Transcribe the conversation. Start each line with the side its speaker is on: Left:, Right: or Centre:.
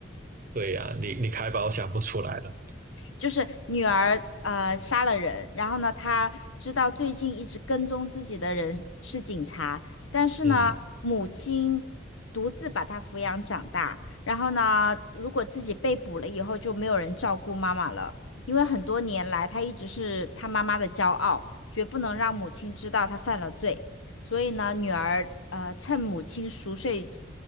Right: 对呀、你你开吧，我想不出来了。
Left: 就是女儿呃杀了人，然后呢，她知道最近一直跟踪自己的人是警察，但是呢，
Right: 嗯，
Left: 母亲独自把她抚养长大，然后呢，如果自己被捕了以后，就没有人照顾妈妈了，因为很多年来她一直是她妈妈的骄傲，绝不能让母亲知道她犯了罪，所以呢，女儿呃趁母亲熟睡